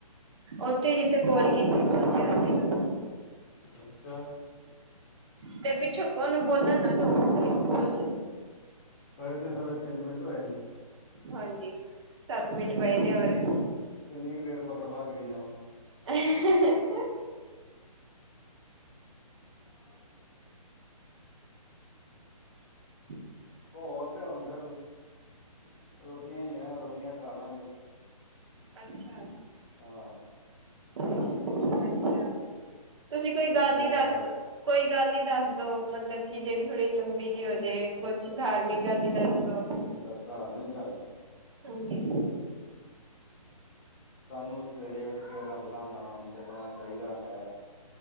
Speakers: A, on the right; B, on the left.
A: ਉੱਥੇ ਹੀ ਜਿੱਥੇ ਕੋਲ ਕੀਤੀ ਬੋਲ ਕੇ ਆ ਜੇਗਾ।
B: ਅੱਛਾ।
A: ਤੇ ਪਿੱਛੋਂ ਕੋਣ ਬੋਲਣ ਨਾ ਦੋ ਕੋਈ ਬੋਲ
B: ਹਜੇ ਤੇ ਸਾਰੇ ਤਿੰਨ ਮਿੰਟ ਹੋਏ ਨੇ।
A: ਹਾਂਜੀ, ਸੱਤ ਮਿੰਟ ਪਏ
B: ਕਿੰਨ
A: ਨੇ ਹੋਰ।
B: ਕਿੰਨੀ ਕੁ ਦੇਰ ਬਕੜਵਾ ਕਰੀ ਜਾਵਾਂ
A: ਅ ਹ ਹ।
B: <unintelligible>
A: <inaudible>
B: ਹੋਰ ਤੇ ਹੁਣ ਫਿਰ ਰੋਟੀਆਂ ਹੀ ਆ, ਰੋਟੀਆਂ ਖਾ ਲਾਂਗੇ।
A: ਅੱਛਾ।
B: ਹਾਂ।
A: ਅੱਛਾ, ਤੁਸੀਂ ਕੋਈ
B: ਰੋਟੀਆਂ
A: ਗੱਲ ਨੀ
B: ਖਾ
A: ਦੱਸ ਕੋਈ ਗੱਲ ਨੀ ਦੱਸਦੇ। ਮਤਲਬ ਕਿ ਜਿਹੜੀ ਥੋੜ੍ਹੀ ਲੰਬੀ ਜਿਹੀ ਹੋਜੇ, ਕੁਛ ਧਾਰਮਿਕ ਗੱਲ। ਦੱਸ ਦੋ।
B: ਅੱਛਾ ਧਾਰਨੇ ਗੱਲ।
A: ਹਾਂਜੀ!
B: ਸਾਨੂੰ ਸਵੇਰੇ ਉੱਠ ਸਵੇਰਾ ਦਾ ਨਾਮ ਜਪਣਾ ਚਾਹੀਦਾ ਹੈ।